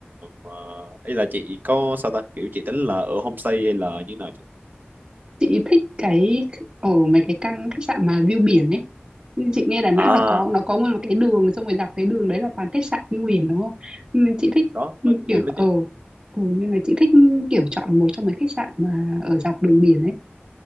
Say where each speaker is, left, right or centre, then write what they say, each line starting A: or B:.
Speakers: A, on the right (about 50°); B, on the right (about 30°).
A: ờ, ý là chị có sao ta kiểu chị tính là ở homestay hay là như nào chị
B: chị thích cái ở mấy cái căn khách sạn mà view biển ấy Nhưng chị nghe Đà Nẵng
A: à
B: là có nó có nguyên một cái đường xong rồi dọc cái đường đấy là toàn khách sạn view biển đúng không nên chị thích
A: đó có nhiều
B: kiểu
A: lắm
B: ở
A: chị
B: ừ, nên là chị thích kiểu chọn một trong mấy khách sạn mà ở dọc đường biển ấy